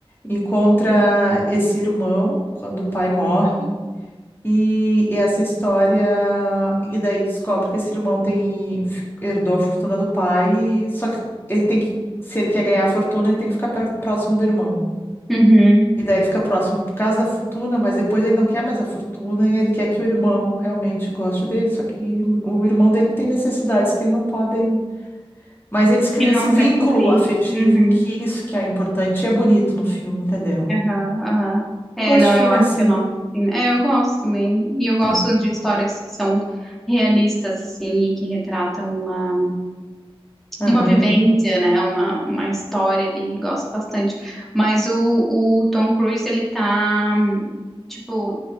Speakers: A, on the left; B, in the centre.
A: Encontra esse irmão quando o pai morre e, e essa história e daí descobre que esse irmão tem f- herdou a fortuna do pai, e- só que ele tem que se ele quer ganhar a fortuna, ele tem que ficar per- próximo do irmão.
B: Uhum.
A: E daí ele fica próximo por causa da fortuna, mas depois ele não quer mais a fortuna e ele quer que o irmão realmente goste dele, só que o irmão dele tem necessidades que ele não pode mas eles criam
B: que ele
A: esse
B: não consegue
A: vínculo
B: suprir.
A: afetivo,
B: Uhum,
A: que é isso que é importante. E é bonito no filme, entendeu?
B: aham, aham. É,
A: Eu gosto
B: não,
A: de filme
B: eu acho
A: assim.
B: que eu noto, assim. É, eu gosto também. E eu gosto
A: Que-
B: de histórias que são realistas, assim, e que retratam uma,
A: Aham.
B: uma vivência, né? Uma, uma história ali. Gosto bastante. Mas o, o Tom Cruise, ele tá, tipo,